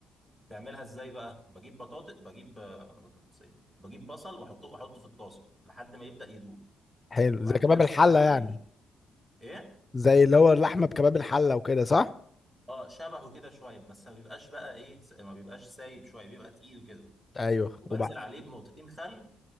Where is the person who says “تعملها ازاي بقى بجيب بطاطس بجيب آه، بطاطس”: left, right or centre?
Right